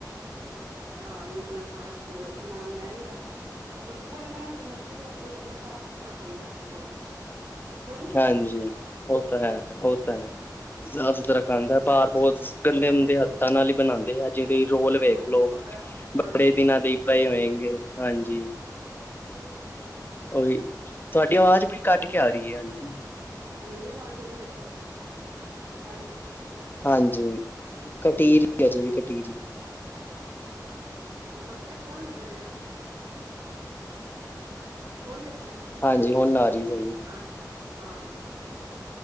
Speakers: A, on the right; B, on the left.
A: ਹਮ। ਘਰ ਹੀ ਆਪਣਾ ਸਾਰਾ ਸਮ- ਸਮਾਨ ਲੈ ਹੀ ਦਾ। ਆਪਣਾ ਥੋੜੀ ਮਿਹਨਤ ਲੱਗਦੀ ਹੈ। ਆਪਣਾ ਬੰਦਾ ਸਾਫ਼- ਸੁਥਰਾ ਖਾਂਦਾ ਸਮਾਨ। ਹੈਨੀ
B: ਹਾਂਜੀ। ਉਹ ਤਾਂ ਹੈ। ਉਹ ਤਾਂ ਹੈ, ਸਾਫ਼- ਸੁਥਰਾ
A: ਹੋਰ
B: ਖਾਂਦਾ
A: ਕੀ
B: ਹੈ। ਬਰ ਬਹੁਤ ਗੰਦੇ ਮੰਦੇ ਹੱਥਾਂ ਨਾਲ ਹੀ ਬਣਾਉਂਦੇ ਆ ਜਿ ਤੁਸੀਂ ਰੋਲ
A: ਹਾਂ
B: ਵੇਖ ਲਓ।
A: ਕੀ ਪਤਾ ਹਾਂਜੀ
B: ਬੜੇ ਦਿਨਾਂ ਦੇ ਹੀ ਬੇਏ ਹੋਏਗੇ। ਹਾਂਜੀ।
A: ਹੋ ਤਾਂ ਹੈ।
B: ਓਹੀ ਤੁਹਾਡੀ ਆਵਾਜ਼ ਬੜੀ ਕੱਟ ਕੇ ਆ ਰਹੀ ਹੈ। ਹਾਂਜੀ।
A: ਮੇਰੀ ਆਵਾਜ਼ ਹੁਣ ਦੇਖੋ। ਹੈਲੋ,
B: ਹਾਂਜੀ। ਕਟੀਰੀ ਅਜੇ ਵੀ ਕਟੀਰੀ।
A: ਹ ਇਹ ਫੋਨ ਕਿੱਦਾਂ ਤੇਰਾ। ਹੁਣ ਦੇਖੋ।
B: ਹਾਂਜੀ। ਹੁਣ ਆ ਰਹੀ।
A: ਹ ਹਾਂਜੀ।